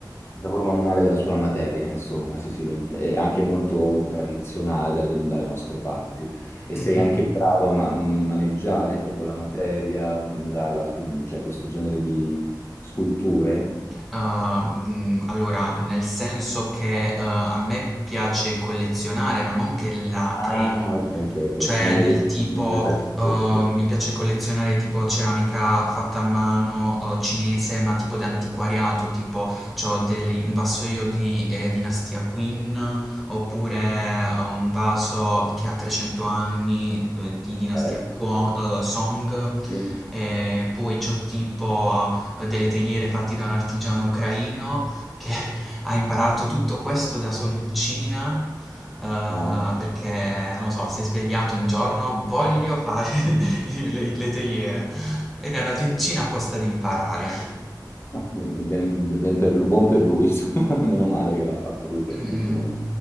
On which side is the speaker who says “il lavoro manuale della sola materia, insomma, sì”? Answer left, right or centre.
Left